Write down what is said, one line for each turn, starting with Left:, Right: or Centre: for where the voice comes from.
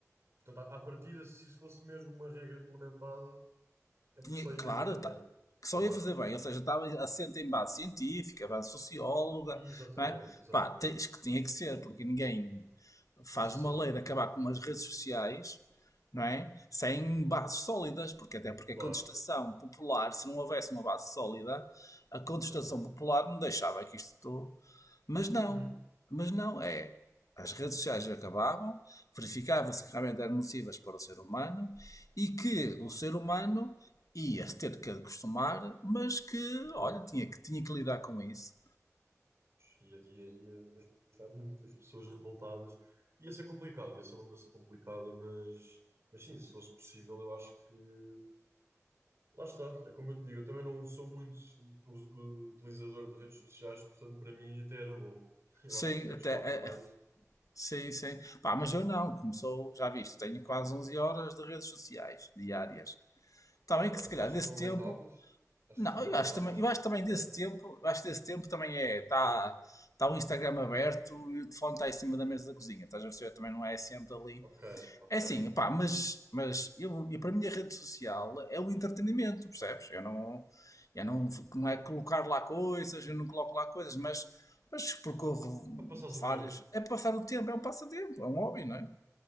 Right: Portanto, à à partida, se isso fosse mesmo uma regra implementada, é porque
Left: tinha-
Right: só iria
Left: claro,
Right: fazer bem,
Left: tá- que só
Right: eu
Left: ia
Right: acho.
Left: fazer bem, ou seja, estava assente em base científica, base socióloga,
Right: E exatamente,
Left: não é?
Right: exatamente.
Left: Pá, tens que tinha que ser, porque ninguém faz
Right: Sim,
Left: uma lei de acabar com as redes sociais, não é? Sem bases sólidas, porque até porque
Right: claro,
Left: a contestação popular, se não houvesse uma base sólida, a contestação
Right: exatamente.
Left: popular não deixava que isto. Mas não,
Right: Uhum.
Left: mas não, é. As redes sociais acabavam, verificava-se que realmente eram nocivas para o ser humano e que o ser humano ia-se ter que acostumar, mas que, olha, tinha que, tinha que lidar com isso.
Right: ia, ia, ia deixar muitas pessoas revoltadas. Ia ser complicado, ia ser uma mudança complicada, mas, mas sim, se fosse possível, eu acho que. Lá está, é como eu te digo, eu também não sou muito us- utilizador de redes sociais, portanto, para mim até era bom. Eu
Left: Sim,
Right: acho que até
Left: até.
Right: gostava
Left: é,
Right: mais,
Left: é, sim, sim. Pá, mas eu não, começou, já viste, tenho quase 11 horas de redes sociais diárias. Está bem
Right: claro,
Left: que se
Right: mas
Left: calhar
Right: tu achas
Left: desse
Right: que não aguentavas?
Left: tempo.
Right: Achas
Left: Não,
Right: que não
Left: eu
Right: aguentavas
Left: acho também,
Right: sem
Left: eu acho
Right: redes
Left: também
Right: sociais?
Left: desse tempo, eu acho que desse tempo também é. Está tá o Instagram aberto e o telefone está em cima da mesa da cozinha. Estás a perceber? Também não é sempre ali
Right: Ok, ok.
Left: É assim, pá, mas, mas eu, eu, para mim a rede social é o entretenimento, percebes? Eu não, eu não, não é colocar lá coisas, eu não coloco lá coisas, mas, mas percorro
Right: Para passares o
Left: várias.
Right: tempo.
Left: É passar o tempo, é um passatempo, é um hobby, não é?